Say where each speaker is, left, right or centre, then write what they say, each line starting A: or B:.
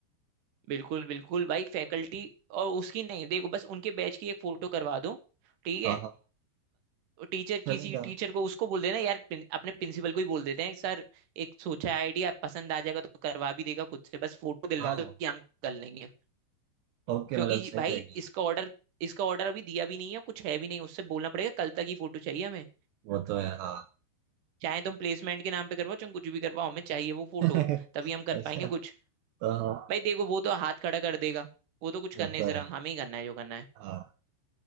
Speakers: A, on the right; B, on the right.
A: बिल्कुल बिल्कुल भाई फैकल्टी और उसकी नहीं देखो बस उनके बैच की एक फोटो करवा दो ठीक है
B: हाँ हाँ
A: टीचर
B: चलेगा
A: किसी टीचर को उसको बोल देना यार प्रिं- अपने प्रिंसिपल को ही बोल देते हैं सर एक सोचा है आइडिया पसंद आ जाएगा तो करवा भी देगा खुद से बस फोटो दिलवा
B: हाँ
A: दो कि हम कर लेंगे
B: ओके
A: क्योंकि
B: मतलब
A: जी-
B: सही
A: भाई
B: रहेगा
A: इसका ऑर्डर इसका ऑर्डर अभी दिया भी नहीं है कुछ है भी नहीं उससे बोलना पड़ेगा कल तक ही फोटो चाहिए हमें
B: वो तो है हाँ
A: चाहे तुम प्लेसमेंट के नाम पे करवाओ चाहे कुछ भी करवाओ हमें चाहिए वो फोटो
B: <laughs>
A: तभी हम कर
B: अच्छा
A: पाएंगे कुछ
B: तो हाँ
A: भाई देखो वो तो हाथ खड़ा कर देगा वो तो कुछ
B: वो
A: करने
B: तो है
A: जरा हमें ही करना है जो करना है
B: हाँ